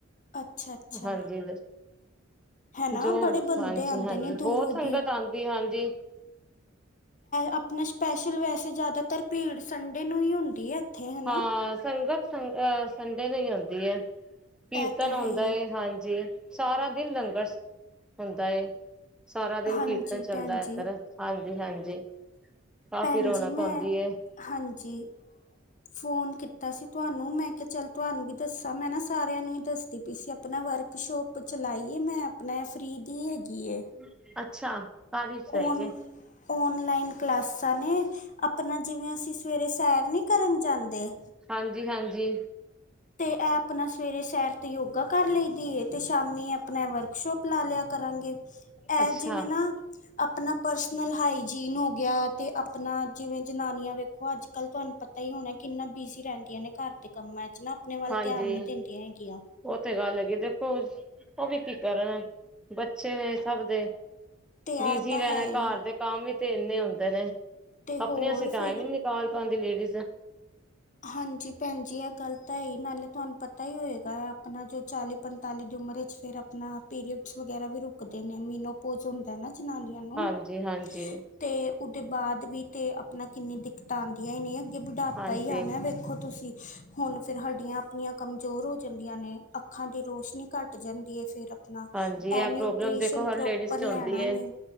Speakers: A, on the left; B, in the centre.
A: ਅੱਛਾ ਅੱਛਾ
B: ਹਾਂਜੀ
A: ਹਨਾ
B: ਜੋ
A: ਬੜੇ ਬੰਦੇ
B: ਹਾਂਜੀ
A: ਆਉਂਦੇ
B: ਹਾਂਜੀ
A: ਨੇ ਦੂਰੋਂ
B: ਬਹੁਤ ਸੰਗਤ
A: ਦੀ
B: ਆਉਂਦੀ ਹਾਂਜੀ।
A: ਆਪਣਾ ਸਪੈਸ਼ਲ ਵੈਸੇ ਜ਼ਿਆਦਾਤਰ ਭੀੜ ਸੰਡੇ ਨੂੰ ਹੀ ਹੁੰਦੀ ਹੈ ਇੱਥੇ ਹੈਨਾ
B: ਹਾਂ ਸੰਗਤ ਸੰਗ ਸੰ ਨਹੀਂ ਆਉਂਦੀ ਹੈ ਕੀਰਤਨ
A: ਇਹ ਤਾਂ
B: ਆਉਂਦਾ
A: ਹੈ ਹੀ
B: ਹਾਂਜੀ ਸਾਰਾ ਦਿਨ ਲੰਗਰ ਹੁੰਦਾ ਸਾਰਾ ਦਿਨ
A: ਹਾਂਜੀ
B: ਕੀਰਤਨ ਚੱਲਦਾ
A: ਭੈਣ
B: ਇਧਰ
A: ਜੀ
B: ਹਾਂਜੀ ਹਾਂਜੀ ਕਾਫੀ
A: ਭੈਣ
B: ਰੌਣਕ
A: ਜੀ ਮੈਂ
B: ਹੁੰਦੀ ਹੈ
A: ਹਾਂਜੀ ਫੋਨ ਕੀਤਾ ਸੀ ਤੁਹਾਨੂੰ ਮੈਂ ਕਿਹਾ ਚੱਲ ਤੁਹਾਨੂੰ ਵੀ ਦੱਸ ਮੈਂ ਨਾ ਸਾਰਿਆਂ ਨੂੰ ਹੀ ਦੱਸਦੀ ਪਈ ਸੀ ਆਪਣਾ ਵਰਕਸ਼ੋਪ ਚਲਾਈਏ ਮੈਂ ਆਪਣਾ ਫਰੀ ਦੀ ਹੈਗੀ ਏ
B: ਅੱ ਅੱਛਾ ਕਾਹਦੀ ਚਲਾਈ
A: ਔਨ
B: ਜੇ
A: ਔਨਲਾਈਨ ਕਲਾਸਾਂ ਨੇ ਆਪਣਾ ਜਿਵੇਂ ਅਸੀਂ ਸਵੇਰੇ ਸੈਰ ਨੀ ਕਰਨ ਜਾਂਦੇ।
B: ਹਾਂਜੀ ਹਾਂਜੀ
A: ਤੇ ਇਹ ਆਪਣਾ ਸਵੇਰੇ ਸੈਰ ਤੇ ਯੋਗਾ ਕਰ ਲਈ ਦੀ ਤੇ ਸ਼ਾਮੀ ਆਪਣਾ ਵਰਕਸ਼ੋਪ ਲਾ ਲਿਆ ਕਰਾਂਗੇ। ਇਹ
B: ਅੱਛਾ
A: ਜਿਵੇਂ ਨਾ ਆਪਣਾ ਪਰਸਨਲ ਹਾਈਜੀਨ ਹੋ ਗਿਆ ਅਤੇ ਆਪਣਾ ਜਿਵੇਂ ਜਨਾਨੀਆਂ ਵੇਖੋ ਅੱਜ ਕੱਲ੍ਹ ਤੁਹਾਨੂੰ ਪਤਾ ਹੀ ਹੋਣਾ ਕਿੰਨਾ ਬਿਜ਼ੀ ਰਹਿੰਦੀਆਂ ਨੇ ਘਰ ਦੇ ਕੰਮਾਂ 'ਚ ਨਾ। ਆਪਣੇ ਵੱਲ
B: ਹਾਂਜੀ
A: ਧਿਆਨ ਨਹੀਂ ਦਿੰਦੀਆਂ ਹੈਗੀਆਂ।
B: ਉਹ ਤੇ ਗੱਲ ਦੇਖੋ ਉਹ ਵੀ ਕੀ ਕਰਨ ਬੱਚੇ ਨੇ ਸਭ ਦੇ
A: ਤੇ ਇਹ
B: ਬਿਜੀ
A: ਤਾਂ
B: ਰਹਿਣਾ
A: ਹੈ ਹੀ
B: ਘਰ ਦੇ ਕੰਮ ਵੀ ਤੇ ਕਿੰਨੇ ਹੁੰਦੇ ਨੇ?
A: ਤੇ ਹੋਰ
B: ਆਪਣੇ ਆਸਤੇ ਟਾਈਮ
A: ਫਿਰ
B: ਹੀ ਨਿਕਾਲ ਪਾਉਂਦੀ ਲੇਡੀ ਜ਼ <unintelligible>
A: ਹਾਂਜੀ ਭੈਣ ਜੀ ਇਹ ਗੱਲ ਤਾਂ ਹੈ ਹੀ ਨਾਲੇ ਤੁਹਾਨੂੰ ਪਤਾ ਹੀ ਹੋਏਗਾ ਆਪਣਾ ਜੋ ਚਾਲੀ ਪੰਤਾਲੀ ਦੀ ਉਮਰ ਵਿੱਚ ਫਿਰ ਆਪਣਾ ਪੀਰੀਅਡਸ ਵਗੈਰਾ ਵੀ ਰੁਕਦੇ ਨੇ ਮੀਨੋਪੋਜ ਹੁੰਦਾ ਨਾ। ਜਨਾਨੀਆਂ ਨੂੰ
B: ਹਾਂਜੀ ਹਾਂਜੀ
A: ਤੇ ਉਹਦੇ ਬਾਅਦ ਵੀ ਤੇ ਆਪਣਾ ਕਿੰਨੀ ਦਿੱਕਤਾਂ ਆਂਦੀਆ ਹੀ ਨੈ। ਕਿ ਬੁਢਾਪਾ
B: ਹਾਂਜੀ
A: ਈ ਆ। ਵੇਖੋ ਤੁਸੀਂ ਹੁਣ ਫੇਰ ਹੱਡੀਆਂ ਆਪਣੀਆਂ ਕਮਜ਼ੋਰ ਹੋ ਜਾਂਦੀਆਂ ਨੇ, ਅੱਖਾਂ ਦੀ ਰੋਸ਼ਨੀ ਘੱਟ ਜਾਂਦੀ ਹੈ, ਫੇਰ
B: ਹਾਂਜੀ
A: ਇਹ ਨਿਊਟ੍ਰੀਸ਼ਨ
B: ਪ੍ਰੋਬਲਮ ਦੇਖੋ ਹਰ
A: ਪ੍ਰੋਪਰ
B: ਲੇਡੀਜ਼ ਚ
A: ਲੈਣਾ
B: ਹੁੰਦੀ
A: ਨੀ।
B: ਏ।